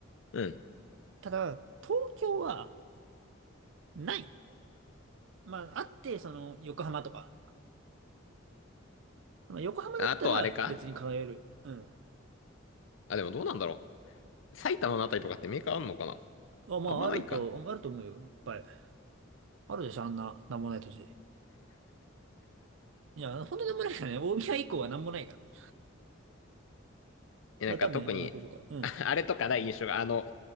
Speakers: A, on the left; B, on the right.
A: うん。
B: ただ、東京はない。まあ、あって、その、横浜とか。まあ、横浜だったら別に輝える。
A: あとあれか
B: うん。
A: あ、でもどうなんだろう。埼玉のあたりとかってメーカーあんのかな
B: あ、まあ、
A: あんまないか。
B: あると、あると思うよ。いっぱい。あるでしょ、あんな、なんもない土地。いや、本当になんもないからね。大宮以降はなんもないから。だか
A: え、なんか特に、
B: ら多分いろんな工場が。うん。
A: ああれとかない印象が、あの、